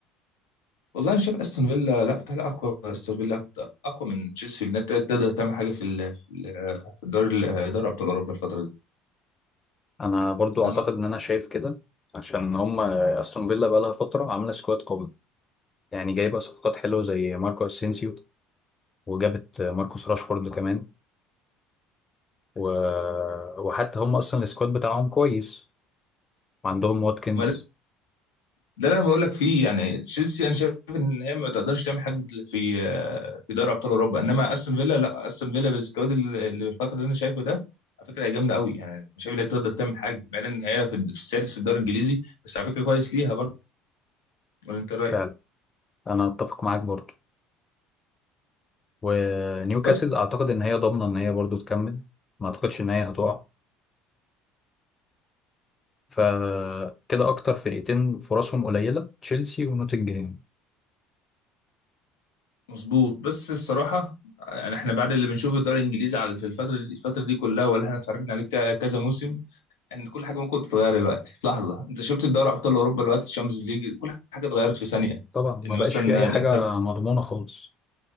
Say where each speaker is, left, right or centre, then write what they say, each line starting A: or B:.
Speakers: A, on the left (about 70°); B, on the left (about 30°).
A: والله انا شايف استون فيلا لا بتاع اقوى استون فيلا اقوى من تشيلسي انها تقدر تعمل حاجه في ال- في ال- في الدوري ال- دوري ابطال اوروبا الفتره دي
B: انا برضو
A: انما
B: اعتقد ان انا شايف كده عشان هم استون فيلا بقى لها فتره عامله سكواد قوي يعني جايبه صفقات حلوه زي ماركو اسينسيو وجابت ماركوس راشفورد كمان و... وحتى هم اصلا السكواد بتاعهم كويس وعندهم واتكنز
A: ما ده ده اللي انا بقول لك فيه يعني تشيلسي انا شايف ان هي ما تقدرش تعمل حاجه في آه، في دوري ابطال اوروبا انما استون فيلا لا استون فيلا بالسكواد اللي اللي بالفتره اللي انا شايفه ده على فكره هي جامده قوي يعني أنا شايف ان هي تقدر تعمل حاجه بعدين ان هي في في السادس في الدوري الانجليزي بس على فكره كويس ليها برضه ولا انت رايك
B: فعلا انا اتفق معاك برضو ونيوكاسل
A: بس
B: اعتقد ان هي ضامنه ان هي برضو تكمل ما اعتقدش ان هي هتقع فكده اكتر فرقتين فرصهم قليله تشيلسي ونوتنجهام
A: مظبوط بس الصراحه يعني احنا بعد اللي بنشوفه في الدوري الانجليزي على في الفتره دي الفتره دي كلها ولا احنا اتفرجنا عليه ك- كذا موسم ان كل حاجه ممكن تتغير دلوقتي في لحظه انت شفت الدوري ابطال اوروبا دلوقتي الشامبيونز ليج كل حاجه اتغيرت في ثانيه
B: طبعا ما
A: ان
B: بقاش
A: مثلا
B: في اي
A: الانتر
B: حاجه مضمونه خالص